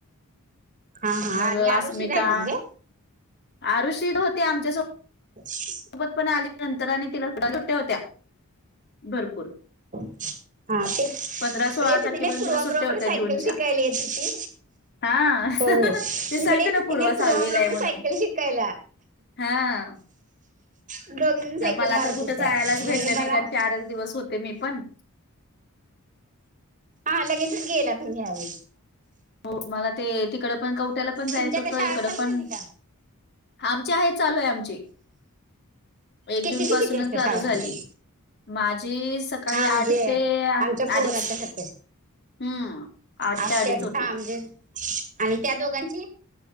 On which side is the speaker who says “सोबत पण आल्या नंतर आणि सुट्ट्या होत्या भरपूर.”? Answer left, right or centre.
Left